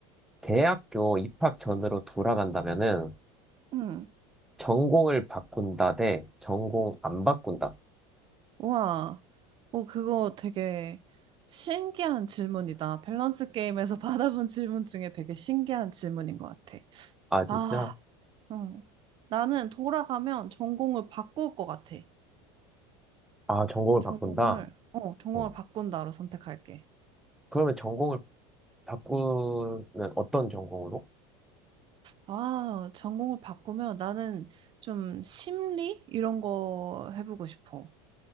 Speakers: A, in the centre; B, on the right.
A: 대학교 입학 전으로 돌아간다면은
B: 응.
A: 전공을 바꾼다 대 전공 안 바꾼다.
B: 우와. 어, 그거 되게 신기한 질문이다. 밸런스 게임에서 <laughs> 받아본 질문 중에 되게 신기한 질문인 것 같아.
A: 아, 진짜?
B: 아, 응. 나는 돌아가면 전공을 바꿀 것 같아.
A: 아, 전공을
B: 전공을,
A: 바꾼다?
B: 어, 전공을
A: 어.
B: 바꾼다로 선택할게.
A: 그러면 전공을 바꾸면 어떤 전공으로?
B: 아, 전공을 바꾸면 나는 좀 심리? 이런 거 해보고 싶어.